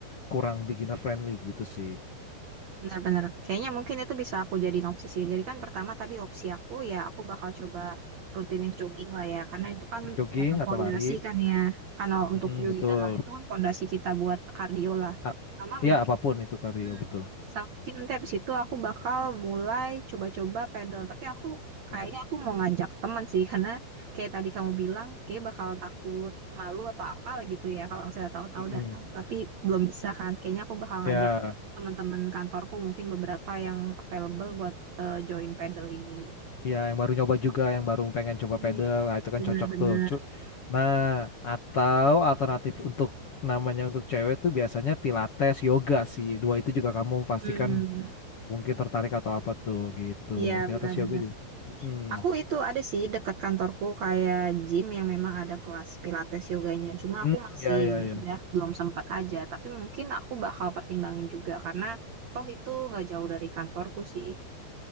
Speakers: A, on the left; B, on the right.
A: kurang beginner friendly gitu sih.
B: Benar-benar. Kayaknya mungkin itu bisa aku jadiin opsi sih. Jadi kan pertama tadi opsi aku ya aku bakal coba rutinin jogging lah ya. Karena itu kan
A: Jogging
B: ya, fondasi
A: atau lari,
B: kan ya. Karena untuk
A: Mm-mm,
B: jogging
A: betul.
B: dan lari itu kan fondasi kita buat kardio lah.
A: A-
B: Sama
A: ya apapun itu kardio
B: Hmm,
A: betul.
B: Sama mungkin nanti habis itu aku bakal mulai coba-coba pedal. Tapi aku kayaknya
A: Gitu.
B: aku mau ngajak teman sih karena kayak tadi kamu bilang kayak bakal takut malu atau apa gitu ya kalau misalnya tahu-tahu
A: Mm-mm.
B: datang tapi belum bisa kan. Kayaknya aku bakal
A: Ya,
B: ngajak teman-teman kantorku mungkin beberapa yang available buat eh, join pedal ini.
A: ya yang baru nyoba juga, yang baru pengen coba
B: Hmm,
A: pedal, nah, itu kan
B: benar-benar.
A: cocok tuh. Cu- Nah, atau alternatif untuk namanya untuk cewek tuh biasanya pilates, yoga sih. Dua itu juga kamu pastikan
B: Hmm,
A: mungkin tertarik atau apa tuh gitu.
B: iya
A: Pilates
B: benar-benar.
A: yoga juga. Hmm.
B: Aku itu ada sih dekat kantorku kayak gym yang memang ada kelas pilates yoganya. Cuma
A: Hmm,
B: aku masih
A: ya ya
B: ini
A: ya.
B: ya belum sempat aja. Tapi mungkin aku bakal pertimbangin juga karena toh itu nggak jauh dari kantorku sih.